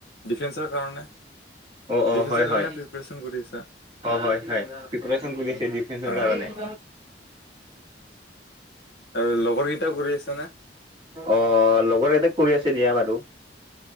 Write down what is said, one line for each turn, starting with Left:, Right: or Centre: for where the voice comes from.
Left: ডিফেন্সৰ কাৰণে
Right: অ
Left: ডিফেন্সৰ
Right: অ। হয়
Left: কাৰণে
Right: হয়
Left: প্ৰিপেৰেচন কৰি আছা?
Right: হয় হয়। প্ৰিপাৰেচন কৰি আছোঁ ডিফেন্সৰ
Left: অ
Right: কাৰণে। <inaudible>
Left: আৰু লগৰ কেইটাও কৰি আছে।
Right: আহ লগৰ এতাক কৰি আছে দিয়া বাৰু।